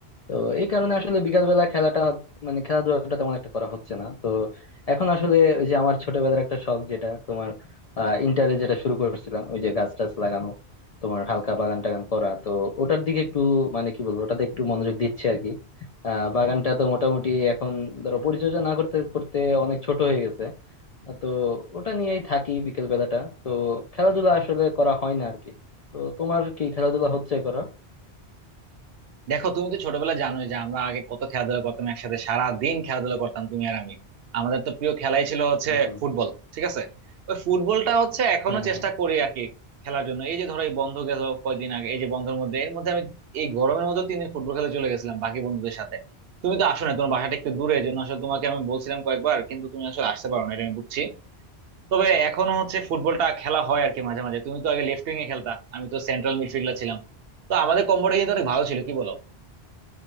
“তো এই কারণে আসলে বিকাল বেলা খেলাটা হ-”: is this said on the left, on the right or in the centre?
Left